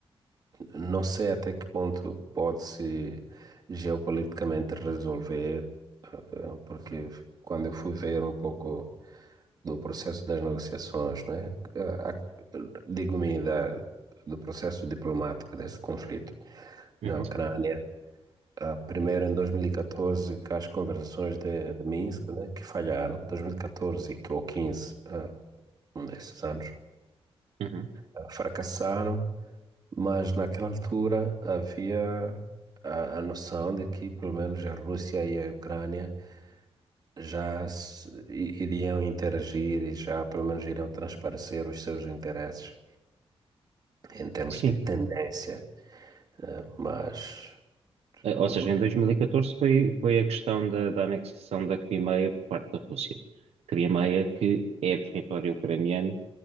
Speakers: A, on the right; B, on the right.
A: Não sei até que ponto pode-se geopoliticamente resolver, eh, porque quando eu fui ver um pouco do processo das negociações, né, eh, a- digo-me da, do processo diplomático desse conflito
B: Uhum,
A: da Ucrânia, ah, primeiro em 2014, com as conversações de, de Minsk, né, que falharam, 2014 e quatorze e que- ou 15, ah, um desses anos,
B: uhum.
A: ah, fracassaram. Mas naquela altura havia a, a noção de que pelo menos a Rússia e a Ucrânia já se- i- iriam interagir e já pelo menos iriam transparecer os seus interesses em termos
B: Sim.
A: de tendência. eh, Mas
B: Eh, Ou
A: o-
B: seja, em 2014 foi, foi a questão da, da anexação da Crimeia por parte da Rússia. Crimeia que é território ucraniano